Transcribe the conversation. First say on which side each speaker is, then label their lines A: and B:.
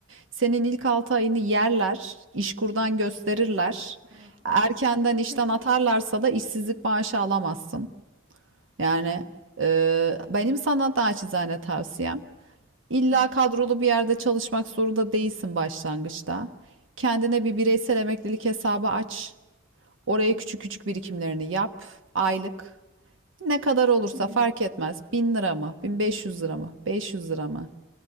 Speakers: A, on the right (about 75°); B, on the right (about 45°).
A: senin ilk 6 ayını yerler, işkurdan gösterirler.
B: Ah
A: Erkenden
B: ah.
A: işten
B: <laughs>
A: atarlarsa da işsizlik maaşı alamazsın. Yani e, benim sana naçizane tavsiyem İlla
B: Hı hı.
A: kadrolu bir yerde çalışmak zorunda değilsin başlangıçta. Kendine bir bireysel emeklilik hesabı aç. Oraya küçük küçük birikimlerini yap. Aylık. Ne kadar olursa
B: Hı hı.
A: fark etmez. 1000 lira mı? 1500 lira mı? 500 lira mı?